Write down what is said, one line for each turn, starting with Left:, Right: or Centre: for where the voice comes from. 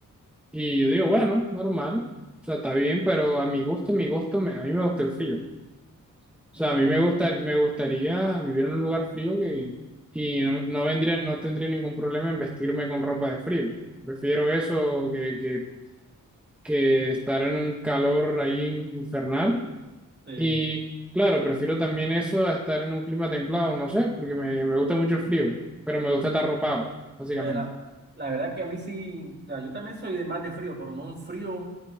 Centre: Y yo digo, bueno, normal, o sea, está bien, pero a mi gusto, mi gusto, me- a mí me gusta el frío. O
Right: Mm,
Centre: sea, a mí me gusta, me gustaría vivir en un lugar frío que, y no, no vendría, no tendría ningún problema en vestirme con ropa de frío. Prefiero eso que, que, que estar en un calor ahí infernal.
Right: sí.
Centre: Y claro, prefiero también eso a estar en un clima templado, no sé, porque me, me gusta mucho el frío, pero me gusta estar ropado, básicamente.
Right: Pues la, la verdad que a mí sí, o sea, yo también soy de más de frío, pero no un frío,